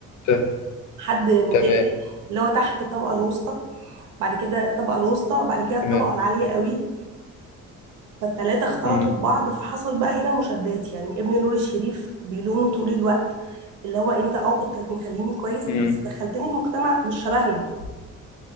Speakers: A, on the left; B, on the right.
A: تمام
B: حد مكافح
A: تمام
B: اللي هو تحت الطبقة الوسطى بعد كده الطبقة الوسطى بعد كده الطبقة
A: تمام
B: العالية قوي فالتلاتة اختلطوا
A: مم.
B: ببعض فحصل بقى هنا مشادات يعني ابن نور الشريف بيلومه طول الوقت اللي هو انت اه كنت مخليني كويس
A: مم.
B: بس دخلتني في مجتمع مش شبهنا